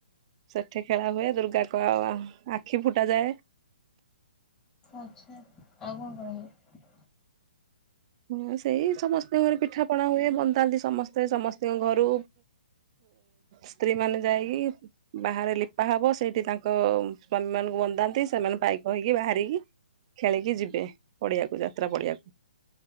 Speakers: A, on the right (about 40°); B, on the left (about 15°).
A: ସେଠି ଖେଳା ହୁଏ ଦୁର୍ଗା କ ଆଖି ଫୁଟା ଯାଏ।
B: ଆଚ୍ଛା ଆଉ କଣ କହିବେ?
A: ହୁଁ ସେଇ ସମସ୍ତଙ୍କର ପିଠାପଣା ହୁଏ ବନ୍ଦାନ୍ତି ସମସ୍ତେ ସମସ୍ତଙ୍କ ଘରୁ ସ୍ତ୍ରୀ ମାନେ ଯାଇକି ବାହାରେ ଲିପା ହବ ସେଇଠି ତାଙ୍କ ସ୍ଵାମୀ ମାନଙ୍କୁ ବନ୍ଦାନ୍ତି ସେମାନେ ପାଇକ ହେଇକି ବାହାରିକି ଖେଳିକି ଯିବେ। ବେ ପଡିଆକୁ ଯାତ୍ରା ପଡିଆକୁ।